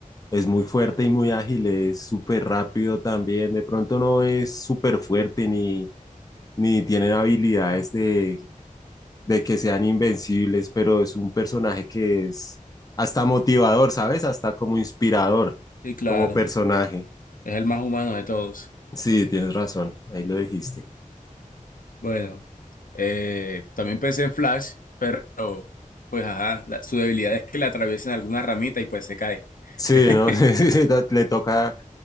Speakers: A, on the left; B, on the left.
A: Es muy fuerte y muy ágil, es súper rápido también. De pronto no es súper fuerte ni, ni tienen habilidades de, de que sean invencibles, pero es un personaje que es hasta motivador, ¿sabes? Hasta como inspirador,
B: Sí, claro,
A: como personaje.
B: es el más humano de todos.
A: Sí, tienes razón, ahí lo dijiste.
B: Bueno, eh, también pensé en Flash, pero pues ajá, la- su debilidad es que le atraviesan alguna ramita y pues se cae.
A: Sí,
B: <laughs>
A: ¿no? <laughs> Le toca,